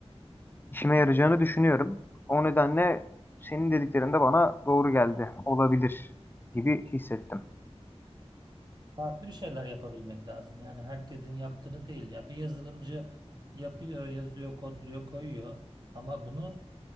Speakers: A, on the left (about 20°); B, on the right (about 40°).
A: işime yarayacağını düşünüyorum. O nedenle senin dediklerin de bana doğru geldi. Olabilir gibi hissettim.
B: farklı bir şeyler yapabilmek lazım. Yani herkesin yaptığını değil. Ya bir yazılımcı yapıyor, yazıyor, kodluyor, koyuyor ama bunu